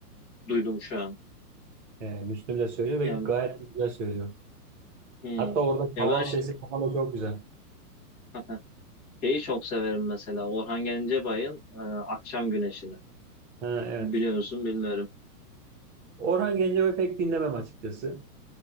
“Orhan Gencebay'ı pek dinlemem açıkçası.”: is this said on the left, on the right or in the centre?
Right